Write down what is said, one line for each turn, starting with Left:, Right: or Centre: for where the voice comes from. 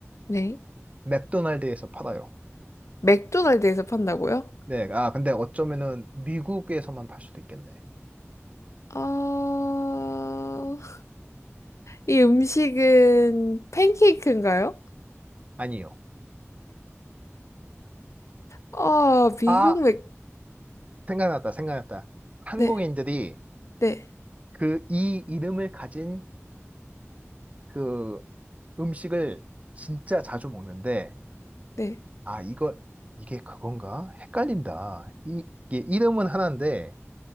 Left: 네.
Right: 맥도날드에서 팔아요.
Left: 맥도날드에서 판다고요?
Right: 네, 아, 근데 어쩌면은 미국에서만 팔 수도 있겠네.
Left: 아, <laughs> 이 음식은 팬케이크인가요?
Right: 아니요.
Left: 아, 미국
Right: 아,
Left: 맥,
Right: 생각났다, 생각났다. 한국인들이
Left: 네. 네,
Right: 그 이 이름을 가진 그 음식을 진짜 자주 먹는데,
Left: 네.
Right: 아, 이거, 이게 그건가? 헷갈린다. 이, 이게 이름은 하나인데,